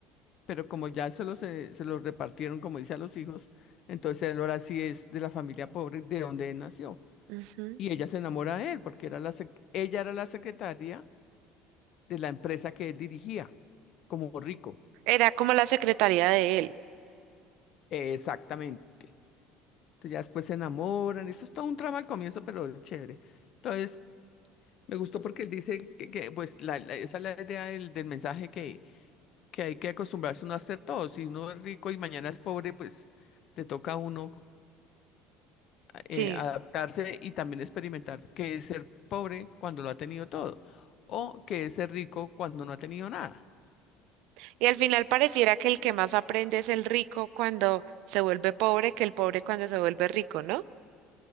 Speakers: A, on the left; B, on the right.
A: pero como ya solo se, se los repartieron, como dice, a los hijos, entonces él ahora sí es de la familia pobre de donde él nació.
B: ujú,
A: Y ella se enamora de él, porque era la, sec- ella era la secretaria de la empresa que él dirigía, como rico.
B: Era como la secretaria de él.
A: Exactamente. Entonces ya después se enamoran. Eso es todo un trama al comienzo, pero es chévere. Entonces, me gustó porque él dice que, que, pues, la, la- esa es la idea del, del mensaje que, que hay que acostumbrarse uno a hacer todo. Si uno es rico y mañana es pobre, pues le toca a uno eh,
B: Sí.
A: adaptarse y también experimentar qué es ser pobre cuando lo ha tenido todo o qué es ser rico cuando no ha tenido nada.
B: Y al final pareciera que el que más aprende es el rico cuando se vuelve pobre que el pobre cuando se vuelve rico, ¿no?